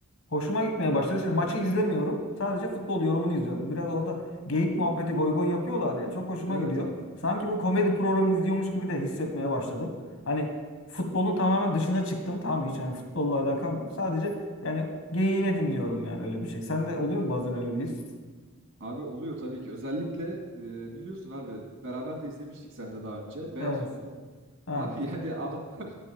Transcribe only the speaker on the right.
Evet
abi.
Abi oluyor tabii ki. Özellikle e, biliyorsun abi beraber de izlemiştik sen de daha önce. Beyaz
futbol.
Abi yani adamlar